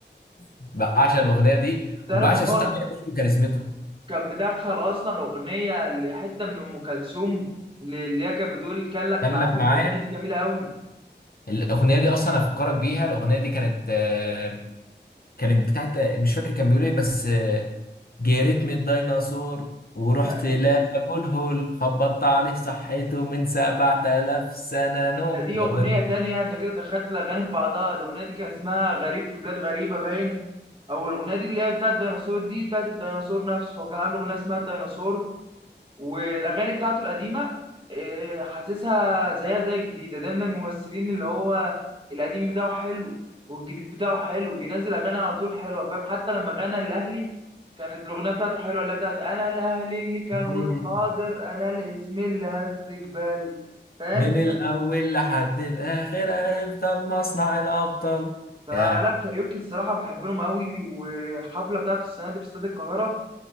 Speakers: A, on the left; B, on the right.
A: بعشق الاغنيه دي
B: تعرف
A: وبعشق
B: ان
A: صوت
B: هو
A: امير عيد وكاريزمته
B: كان مدخل اصلا اغنيه لحته من ام كلثوم اللي هي كانت بتقول كان لك
A: كان
B: معايا
A: لك معايا
B: الاغنيه دي جميله قوي
A: الاغنيه دي اصلا افكرك بيها الاغنيه دي كانت آه، كانت بتاعت مش فاكر كان بيقول ايه بس آه، جريت من الديناصور ورحت
B: لا دي
A: لأبو الهول خبطت عليه صحيته من سبعة آلاف سنة نوم
B: ده دي
A: الأغنية
B: اغنيه تانية انت كده دخلت الاغاني في بعضها الاغنيه دي كان اسمها غريب في بلاد غريبه باين او الاغنيه دي اللي هي بتاعت الديناصور دي بتاعت الديناصور نفسه هو كان عامل اغنيه اسمها الديناصور والاغاني بتاعته القديمه آه، حاسسها زيها زي الجديده ده من الممثلين اللي هو القديم بتاعه حلو والجديد بتاعه حلو بينزل اغاني على طول حلوه فاهم حتى لما غنى الاهلي كانت الاغنيه بتاعته حلوه اللي هي بتاعت انا الاهلي اللي كان
A: دي
B: والحاضر انا الاسم اللي هزك بالك فاهم
A: من الأول لحد الآخر هيفضل مصنع الأبطال
B: فلا
A: ياه
B: كاريوكي الصراحه بحب لهم قوي والحفله بتاعته السنه دي في استاد القاهره